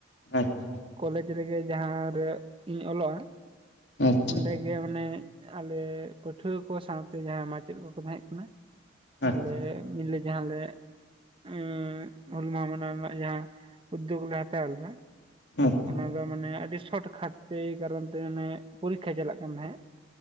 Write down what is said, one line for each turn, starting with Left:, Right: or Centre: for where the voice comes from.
Left: ᱟᱪᱪᱷᱟ᱾
Right: ᱠᱚᱞᱮᱡᱽ ᱨᱮᱜᱮ ᱡᱟᱦᱟᱸᱨᱮ ᱤᱧ ᱚᱞᱚᱜᱼᱟ
Left: ᱟᱪᱪᱷᱟ
Right: ᱚᱸᱰᱮᱜᱮ ᱾ ᱜᱮ ᱢᱟᱱᱮ ᱟᱞᱮ, ᱯᱟᱹᱴᱷᱩᱣᱟᱹ ᱠᱚ ᱥᱟᱶᱛᱮ ᱡᱟᱦᱟᱸᱭ ᱢᱟᱪᱮᱫ ᱠᱚ ᱠᱚ ᱛᱟᱦᱮᱜᱸ ᱠᱟᱱᱟ ᱾
Left: ᱟᱪᱪᱷᱟ
Right: ᱟᱞᱮ ᱧᱤᱞᱟᱹ <unintelligible> ᱡᱟᱦᱟᱸᱞᱮ ᱩᱸ ᱦᱩᱞ ᱢᱟᱦᱟ ᱢᱟᱱᱟᱣ ᱨᱮᱱᱟᱜ ᱡᱟᱦᱟᱸ ᱩᱫᱽᱫᱳᱜᱽ ᱞᱮ ᱦᱟᱛᱟᱣ ᱞᱮᱫᱟ
Left: ᱟᱪᱪᱷᱟ
Right: ᱚᱱᱟ ᱫᱚ ᱢᱟᱱᱮ ᱟᱹᱰᱤ ᱥᱚᱴ ᱠᱷᱟᱴ ᱛᱮ, ᱮᱭ ᱠᱟᱨᱚᱱ ᱛᱮ ᱢᱟᱱᱮ ᱯᱚᱨᱤᱠᱠᱷᱟ ᱪᱟᱞᱟᱜ ᱠᱟᱱ ᱛᱟᱦᱮᱸᱫ᱾